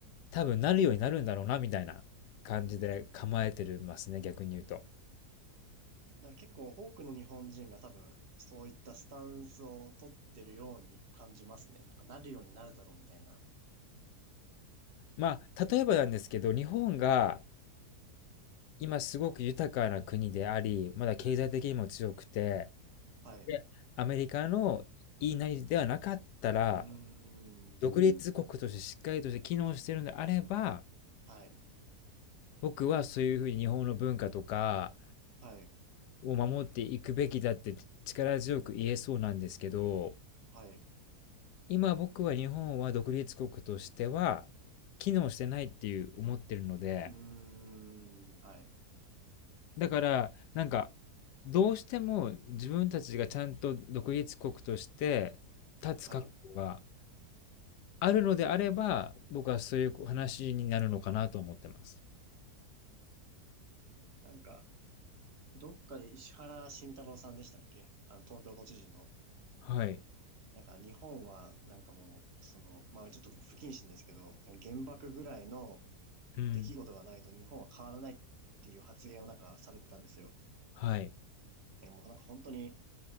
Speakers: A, on the left; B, on the right.
A: 多分なるようになるんだろうな、みたいな感じで構えてますね、逆に言うと。
B: だから結構多くの日本人が多分そういったスタンスを取ってるように感じますね。なんかなるようになるだろうみたいな。
A: まあ例えばなんですけど、日本が今すごく豊かな国であり、まだ経済的にも強くて、
B: はい。
A: で、アメリカの言いなりではなかったら、
B: うーん。
A: 独立国としてしっかりとして機能してるのであれば、
B: はい。
A: 僕はそういうふうに日本の文化とか
B: はい。
A: を守っていくべきだって力強く言えそうなんですけど、
B: はい。
A: 今僕は日本は独立国としては機能してないっていう思ってるので、
B: うーん。はい。
A: だからなんかどうしても自分たちがちゃんと独立国として立つ覚悟が
B: はい。
A: あるのであれば僕はそういう話になるのかなと思ってます。
B: なんか、どっかで石原慎太郎さんでしたっけあの、東京都知事の。
A: はい。
B: なんか日本は、なんかもう、その、まあちょっと不謹慎ですけど、原爆ぐらいの
A: うん。
B: 出来事がないと日本は変わらないっていう発言をなんかされてたんですよ。
A: はい。
B: なんかもうなんか本当に、